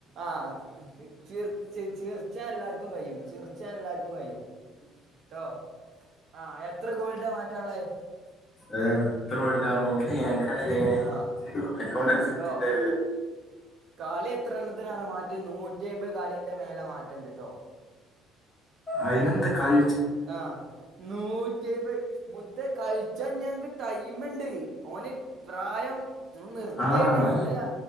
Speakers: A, on the right; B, on the left.
A: ആഹ്. ചീർ ചീർച്ചാൻ എല്ലാർക്കും കഴിയും ചീർച്ചാൻ എല്ലാർക്കും കഴിയും. ട്ടോ ആഹ് എത്ര ഗോൾന്റെ മാറ്റള്ളത്.
B: ഏ എത്ര ഗോളിന്റാ നോക്കിട്ടിയ ഞാൻ ന്ക് അറീലെ ങ്ങിയി
A: ആഹ്
B: അക്കൗണ്ടൻസി ഇട്ത്ത്ട്ട്
A: ട്ടോ കളി എത്ര എണ്ണത്തിനറിയോ മാറ്റം നൂറ്റി അൻമ്പത് കളിൻ്റെ മേലെ മാറ്റണ്ട്ട്ടോ.
B: അയ്നെന്താ കൾ
A: ആഹ് നൂറ്റയ്മ്പത്. മുത്തെ കളിച്ചാൻ ഞ് ഞങ്ങക്ക് ടൈമ്ണ്ട് ഓന് പ്രായം. ങ്ങള് നിർത്തായിട്ടാണ്
B: ആഹ്
A: അല്ലന്നെ